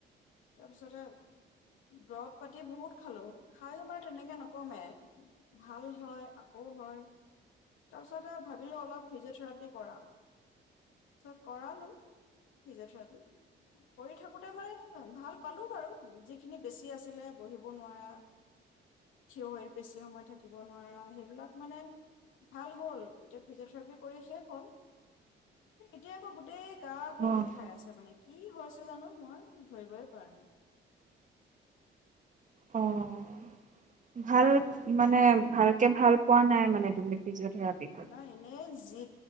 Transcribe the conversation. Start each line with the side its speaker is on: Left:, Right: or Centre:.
Left: তাৰপিছতে দৰব পাতি বহুত খালো খাইয়ো মানে তেনেকে নকমে ভাল হয় আকৌ হয়। তাৰপিছতে ভাবিলো অলপ ফিজিঅ'থেৰাপি কৰাও। তাৰ কৰালো ফিজিঅথেৰাপি কৰি থাকোতে মানে ভাল পালো বাৰু যিখিনি বেছি আছিলে বহিব নোৱাৰা। থিয় হৈ বেছি সময় থাকিব নোৱাৰা সেইবিলাক মানে ভাল হ'ল এতিয়া ফিজিঅথেৰাপি কৰি শেষ হল এতিয়া আকৌ গোটেই গা বোৰ
Right: অ'
Left: বিষাই আছে মানে কি হৈছে জানো মই ধৰিবই পাৰা নাই।
Right: অ'। ভাল মানে ভালকে ভাল পোৱা নাই মানে তুমি ফিজিঅথেৰাপি কৰি
Left: নাই এনেই যি